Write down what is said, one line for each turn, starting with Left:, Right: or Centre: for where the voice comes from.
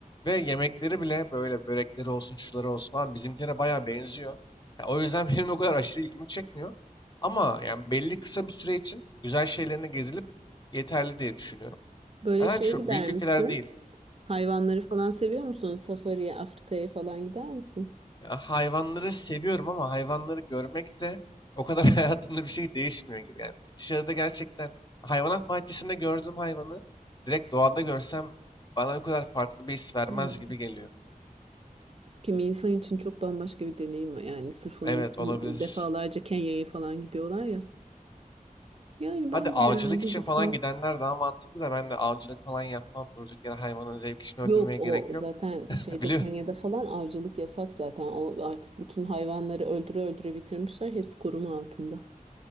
Left: Ve yemekleri bile böyle börekleri olsun şuları olsun falan bizimkilere bayağı benziyor. Ya o yüzden <laughs> benim o kadar aşırı ilgimi çekmiyor. Ama yani belli kısa bir süre için güzel şeylerine gezilip yeterli diye düşünüyorum.
Right: Böyle
Left: Zaten
Right: şeye
Left: çok
Right: gider
Left: büyük ülkeler
Right: misin?
Left: değil.
Right: Hayvanları falan seviyor musun? Safari'ye, Afrika'ya falan gider misin?
Left: Ya hayvanları seviyorum ama hayvanları görmek de o kadar <laughs> hayatımda bir şey değişmiyor gibi yani. Dışarıda gerçekten hayvanat bahçesinde gördüğüm hayvanı direkt doğada görsem bana o kadar farklı bir his vermez
Right: Hmm.
Left: gibi geliyor.
Right: Kimi insan için çok bambaşka bir deneyim var. Yani sırf onun
Left: Evet
Right: için
Left: olabilir.
Right: defalarca Kenya'ya falan gidiyorlar ya. Yani ben
Left: Hadi avcılık
Right: de herhalde
Left: için
Right: gitmem.
Left: falan gidenler daha mantıklı da ben de avcılık falan yapmam. Durduk yere hayvanın zevk için öldürmeye
Right: Yok o
Left: gerek yok.
Right: zaten
Left: <laughs>
Right: şeyde
Left: Biliyorum.
Right: Kenya'da falan avcılık yasak zaten. O artık bütün hayvanları öldüre öldüre bitirmişler. Hepsi koruma altında.